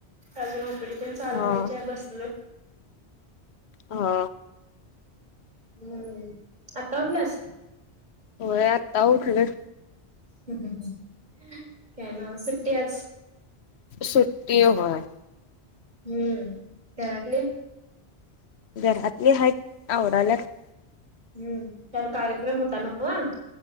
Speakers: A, on the right; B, on the left.
A: अजूून ओपिडी पण चालून
B: हा
A: व्हाईची आहे बसलो
B: हो.
A: हम्म. आता उठलास?
B: व्हय आता उठले.
A: हम मम, काय नाय सुट्टीच आहे आज.
B: सुट्टीये होय?
A: हम्म. घरातले?
B: घरातले आहेत, आवरालेत.
A: हम्म. काल कार्यक्रम होता ना व?